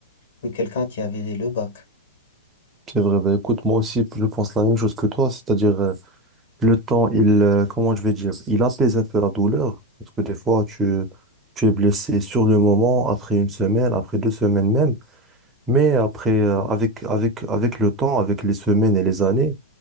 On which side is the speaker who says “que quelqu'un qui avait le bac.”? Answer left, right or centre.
Left